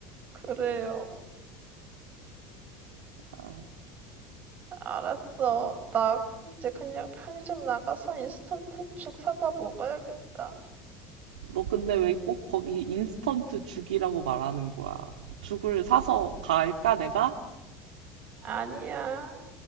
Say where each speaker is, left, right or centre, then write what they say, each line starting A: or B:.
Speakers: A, on the right; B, on the right.
A: 그래요.
B: 아,
A: 알았어. 나 이제 그냥 편의점 나가서 인스턴트 죽 사다 먹어야겠다.
B: 너 근데 왜 꼭 거기 인스턴트 죽이라고 말하는 거야? 죽을 사서 갈까, 내가?
A: 아니야.